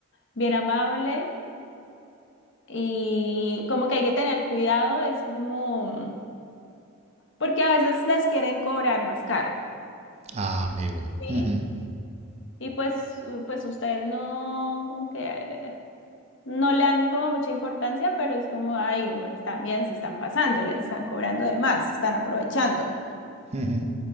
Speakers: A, on the left (about 55°); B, on the right (about 30°).
A: bien amable, Y como que hay que tener cuidado, es como, porque a veces las quieren cobrar más caro,
B: Ah, amigo.
A: ¿sí?
B: Ujú,
A: Y pues, u- pues ustedes no, como que eh, no le dan como mucha importancia, pero es como, ay, pues, también se están pasando, les están cobrando de más, se están aprovechando.
B: ujú.